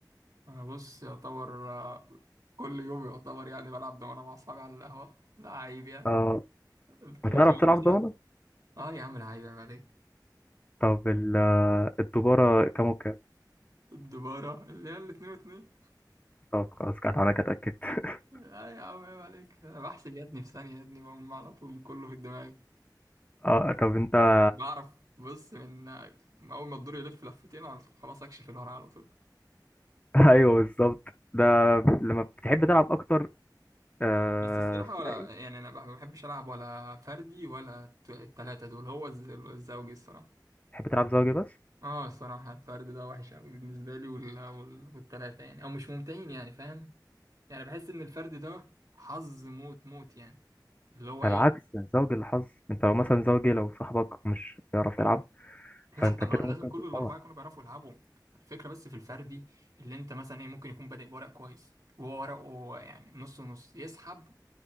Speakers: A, on the right; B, on the left.
A: انا بص يعتبر آه، كل يوم يعتبر يعني بلعب دومنة مع اصحابي على القهوة لعيب يعني
B: اه
A: انت
B: بتعرف
A: بتودي
B: تلعب ضمانة؟
A: صح؟ اه يا عم لعيب عيب عيب عليك
B: طب ال- الدبارة كام وكام؟
A: الدبارة اللي هي الاتنين واتنين
B: طب خلاص كانت أنا كده اتأكدت <laughs>
A: اه يا عم عيب عليك انا بحسب يا ابني في ثانية يا ابني بقوم على طول كله في الدماغ
B: اه طب انت <laughs>
A: بعرف بص من من اول ما الدور يلف لفتين على طول خلاص اكشف الورق على طول
B: ايوه بالظبط ده لما بتحب تلعب اكتر آه
A: بس الصراحة ولا
B: ثنائي
A: يعني أنا ما بحبش ألعب ولا فردي ولا الت- التلاتة دول هو الز- الزوجي الصراحة
B: بتحب تلعب زوجي بس
A: اه الصراحة الفرد ده وحش أوي بالنسبة لي وال... وال... والتلاتة يعني أو مش ممتعين يعني فاهم يعني بحس إن الفرد ده حظ موت موت يعني اللي هو
B: ده
A: إيه
B: العكس ده الزوجي اللي حظ انت لو مثلا زوجي لو صاحبك مش بيعرف يلعب
A: لأ
B: فانت
A: ما
B: كده
A: لازم
B: ممكن
A: كل
B: تتطور
A: الأربعة يكونوا بيعرفوا يلعبوا الفكرة بس في الفردي اللي أنت مثلا إيه ممكن يكون بادئ بورق كويس وهو ورقه يعني نص ونص يسحب